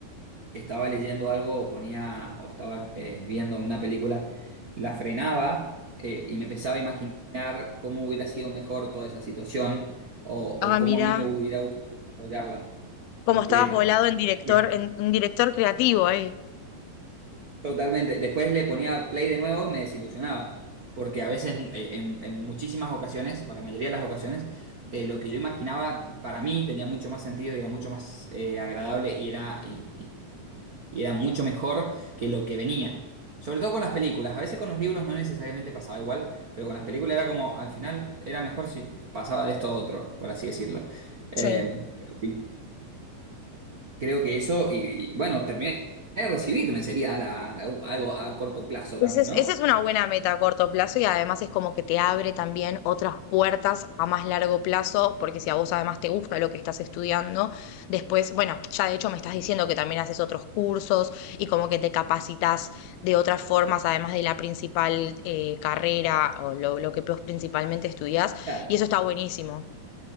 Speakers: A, on the right; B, on the left.
A: estaba leyendo algo o ponía o estaba eh, viendo una película, la frenaba eh, y me empezaba a imaginar cómo hubiera sido mejor toda esa situación o,
B: Ah,
A: o cómo
B: mira.
A: a mí me hubiera gustado desarrollarla
B: como
A: completa.
B: estabas volado en director,
A: Y-
B: en un director creativo ahí.
A: Totalmente. Después le ponía play de nuevo y me desilusionaba. Porque a veces, eh, en, en muchísimas ocasiones, o la mayoría de las ocasiones, eh, lo que yo imaginaba para mí tenía mucho más sentido y era mucho más eh, agradable y era, y, y y era mucho mejor que lo que venía. Sobre todo con las películas, a veces con los libros no necesariamente pasaba igual, pero con las películas era como, al final era mejor si pasaba de esto a otro, por así decirlo. Eh,
B: Sí,
A: pero sí, creo que eso, y, y bueno, terminé de recibirme sería la- algo a corto plazo
B: Ese
A: también,
B: es-
A: ¿no?
B: esa es una buena meta a corto plazo y además es como que te abre también otras puertas a más largo plazo, porque si a vos además te gusta lo que estás estudiando, después, bueno, ya de hecho me estás diciendo que también haces otros cursos y como que te capacitas de otras formas, además de la principal eh, carrera o lo, lo que vos principalmente estudiás,
A: claro
B: y eso está buenísimo,